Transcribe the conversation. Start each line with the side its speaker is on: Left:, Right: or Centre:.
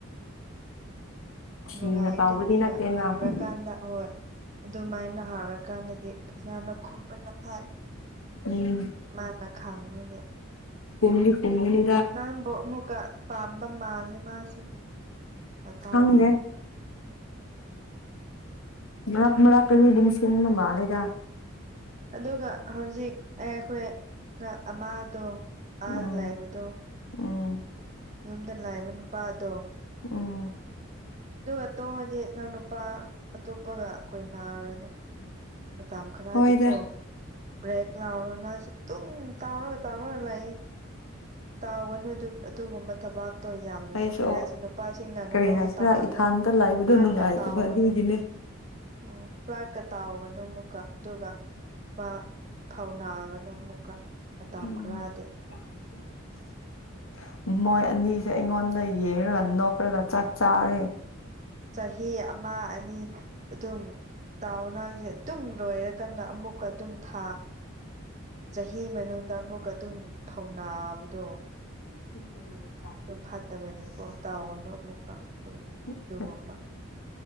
Left: ꯊꯤꯅ
Right: ꯅꯨꯡꯉꯥꯏꯇꯦ
Left: ꯇꯥꯎꯕꯗꯤ
Right: ꯃꯤꯅ
Left: ꯅꯠꯇꯦꯅ
Right: ꯍꯥꯡꯔꯛ
Left: ꯍꯣꯏ
Right: ꯀꯥꯟꯗ ꯍꯣꯏ ꯑꯗꯨꯃꯥꯏꯅ ꯍꯥꯏꯔꯀꯥꯟꯗꯗꯤ ꯐꯖꯥꯅ ꯈꯨꯝꯕꯅ ꯐꯩ
Left: ꯎꯝ
Right: ꯃꯥꯅ ꯈꯪꯉꯗꯤ
Left: ꯈꯨꯝꯗꯤ ꯈꯨꯝꯒꯅꯤ
Right: ꯅꯪꯕꯨ ꯑꯃꯨꯛꯀ ꯄꯥꯝꯕ ꯃꯥꯜꯅꯦ ꯃꯥꯁꯦ ꯃꯇꯧꯁꯤꯡꯁꯦ
Left: ꯈꯪꯗꯦ ꯃꯔꯛ- ꯃꯔꯛꯇꯗꯤ ꯅꯤꯡꯁꯤꯡꯕ ꯃꯥꯜꯂꯤꯗ
Right: ꯑꯗꯨꯒ ꯍꯧꯖꯤꯛ ꯑꯩ ꯑꯩꯈꯣꯏ ꯑꯃꯥꯗꯣ ꯑꯥꯗ
Left: ꯎꯝ
Right: ꯂꯩꯕ ꯇꯣ
Left: ꯎꯝ
Right: ꯌꯨꯝꯗ ꯂꯩꯕ ꯅꯨꯄꯥꯗꯣ
Left: ꯎꯝ
Right: ꯑꯗꯨꯒ ꯇꯣꯡꯑꯗꯤ ꯅꯪ ꯅꯨꯄꯥ ꯑꯇꯣꯞꯄꯒ ꯀꯣꯏꯅꯥꯔꯅꯨ
Left: <unintelligible>
Right: ꯃꯇꯝ ꯈꯔꯗꯤꯀꯣ
Left: ꯍꯣꯏꯗ
Right: ꯕ꯭ꯔꯦꯛ ꯂꯥꯎꯔꯣ ꯅꯪꯁꯨ ꯑꯗꯨꯨꯝ ꯇꯥꯎꯔꯒ-ꯇꯥꯎꯔꯒ ꯂꯩꯌꯦ ꯌꯥꯥꯎꯒꯅꯨ ꯑꯗꯨ ꯑꯗꯨꯒꯨꯝꯕ ꯊꯕꯛ ꯌꯥꯝꯅꯁꯨ
Left: ꯑꯩꯁꯨ
Right: ꯀꯔꯤ ꯍꯥꯏꯁꯅꯨ ꯅꯨꯄꯥꯁꯤꯡꯅ ꯅꯉꯣꯟꯗ
Left: ꯀꯔꯤ ꯍꯥꯏꯁꯤꯔꯥ
Right: ꯇꯥꯎꯔꯁꯨ
Left: ꯏꯊꯥꯟꯇ ꯂꯩꯕꯗꯣ
Right: ꯐ꯭ꯂꯥꯠꯀ
Left: ꯅꯨꯡꯉꯥꯏꯇꯕ
Right: ꯇꯥꯎꯒꯅꯨ
Left: ꯑꯗꯨꯒꯤꯅꯦ
Right: ꯎꯝ ꯐ꯭ꯂꯥꯏ ꯀ ꯇꯥꯎꯕꯅꯤ ꯑꯃꯨꯛꯀ ꯑꯗꯨꯒ ꯅꯨꯄꯥ ꯊꯧꯅꯥꯒꯅꯨ ꯑꯃꯨꯛꯀ ꯃꯥꯇꯝ
Left: ꯎꯝ
Right: ꯈꯔꯗꯤ
Left: <unintelligible> ꯃꯣꯏ ꯑꯅꯤꯁꯦ ꯑꯩꯉꯣꯟꯗ ꯌꯦꯡꯉꯒ ꯅꯣꯛꯈ꯭ꯔꯒ ꯆꯥꯛ ꯆꯥꯔꯦ
Right: ꯆꯍꯤ ꯑꯃ ꯑꯅꯤ ꯑꯗꯨꯝ ꯇꯥꯎꯋꯣ ꯅꯪꯁꯦ ꯑꯗꯨꯨꯝ ꯂꯣꯏꯔꯀꯥꯟꯗ ꯑꯃꯨꯛꯀ ꯑꯗꯨꯝ ꯊꯥ ꯆꯍꯤ ꯃꯅꯨꯡꯗ ꯑꯃꯨꯛꯀ ꯑꯗꯨꯝ ꯊꯧꯅꯥꯕꯗꯣ
Left: <inaudible>
Right: ꯑꯗꯨ ꯐꯠꯇꯕꯅꯤꯀꯣ ꯇꯥꯎꯒꯅꯨ ꯑꯃꯨꯛꯀ ꯁꯨꯝ
Left: ꯎꯝ
Right: ꯑꯗꯨꯒꯨꯝꯕ